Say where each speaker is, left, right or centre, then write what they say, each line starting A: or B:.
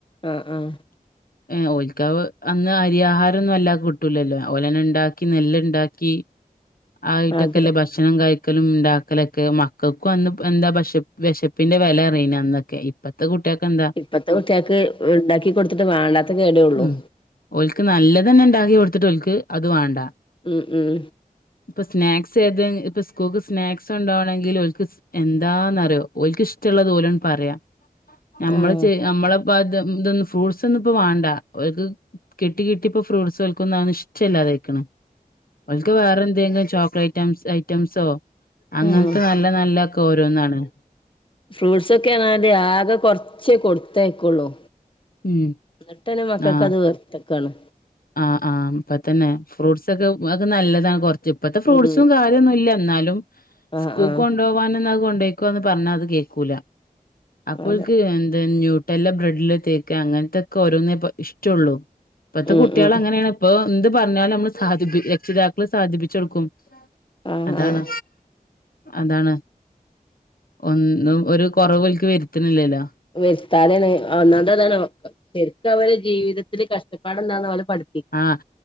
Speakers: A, on the left (about 35°); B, on the left (about 75°).
A: ആ ആഹ്
B: <inaudible> ഏ ഓൽക്കാവ് അന്ന് അരി ആഹാരം ഒന്നു അല്ലാ കിട്ടൂലല്ലോ ഓലന്ന ണ്ടാക്കി നെല്ല്ണ്ടാക്കി ആയ്ടെക്കല്ലെ
A: അതെ
B: ബഷ് ക്ഷണം കഴിക്കലും ണ്ടാക്കലൊക്കെ മക്കക്കു അന്ന് പ ന്താ പശ്‌ വെശപ്പിന്റെ വെല റെയിനന്നൊക്കെയ് പത്ത് കുട്ട്യേക്കെന്താ
A: ഇപ്പത്തെ കുട്ട്യാക്ക് ഉണ്ടാക്കി കൊട്ത്തിട്ട് വാണ്ടാത്ത കേടേ ഉള്ളൂ
B: ഉം ഓൽക്ക് നല്ലതെന്നെ ണ്ടാക്കി കൊട്ത്തിട്ട് ഒൽക്ക് അത് വാണ്ട
A: ഉ ഊം
B: പ്പൊ സ്നാക്സ് ഏത ഇപ്പ സ്കൂക്ക് സ്നാക്സുണ്ടോവണെങ്കിലോ ൽക്ക് സ് എന്താന്നറ്യൊ ഓൽക്കിഷ്ടള്ളത് ഓലൺ പറയ ഞമ്മള്
A: ആഹ്
B: ചെ നമ്മള് പ്പ ത് ഉ തൊന്ന് ഫ്രൂട്ട്സൊന്നു പ്പ വാണ്ട ഓൽക്ക് കിട്ടി കിട്ടി പ്പൊ ഫ്രൂട്ട്സൊൽക്കൊന്ന ഒന്നിഷ്ടല്ലാതായിക്ക്ണ് ഓൽക്ക് വേറെന്തെങ്കിൽ ചോക്ലേറ്റം സ് ഐറ്റംസോ അങ്ങൻത്ത
A: ആഹ്
B: നല്ല നല്ല ക്കോരോന്നാണ്
A: ഫ്രൂട്ട്സൊക്കെ നാല് ആക കൊർച്ചെ കൊട്ത്തയക്കുള്ളൂ
B: ഉം
A: ന്ന്ട്ടെന്നെ മക്കക്കത്
B: ആ
A: വെർത്ത്ക്കാണ്
B: ആഹ് ആം പ്പത്തന്നെ ഫ്രൂട്ട്സൊക്കെ വക നല്ലതാ കൊർച്ച് പ്പത്തെ ഫ്രൂട്ട്സും
A: ഉം
B: കാ തുന്നുല്ല ന്നാലും
A: ആഹ്
B: സ്കൂക്കൊണ്ടോവാന്‌ന്നഅ
A: ആഹ്
B: കൊണ്ടോയ്ക്കൊന്ന് പർഞ്ഞാത് കേക്കൂല അപ്പോൽക്ക്
A: അതെ
B: എന്തെഞ്ഞു ട്ടല്ല ബ്രെഡില് തേക്ക അങ്ങൻത്തൊക്കോരോന്നേ പ്പ ഇഷ്ടുള്ളൂ പ്പത്തെ
A: ഉം
B: കു
A: ഉം
B: <unintelligible> പ്പോ ന്ത് പർഞ്ഞാലു മ്മള് സാധിപ്പി എക്ഷിതാക്കള് സാധിപ്പിച്ചൊടുക്കും
A: ആഹ്
B: അതാണ്
A: ആഹ്
B: അതാണ് ഒന്നും ഒരു കൊറവോ ൽക്ക് വരുത്ത്ണ്ല്ലേലോ
A: വെരുത്താതെണ് ഒന്നാ <unintelligible> ശരിക്കവര് ജീവിതത്തില് കഷ്ടപ്പാട്ണ്ടാന്ന വല് പട്
B: ആഹ്